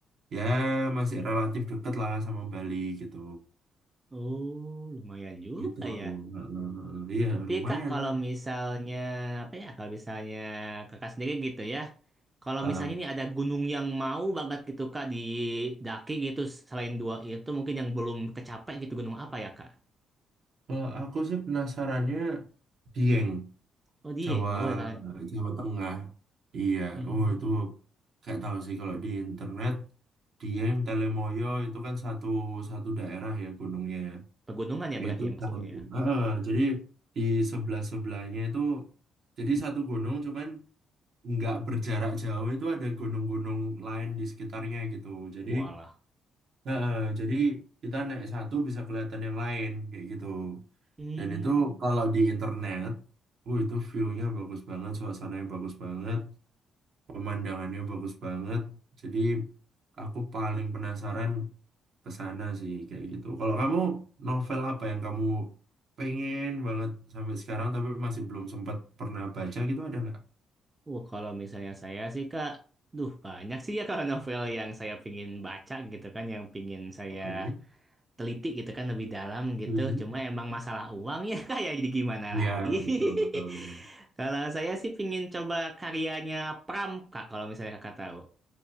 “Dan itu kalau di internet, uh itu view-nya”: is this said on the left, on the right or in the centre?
Right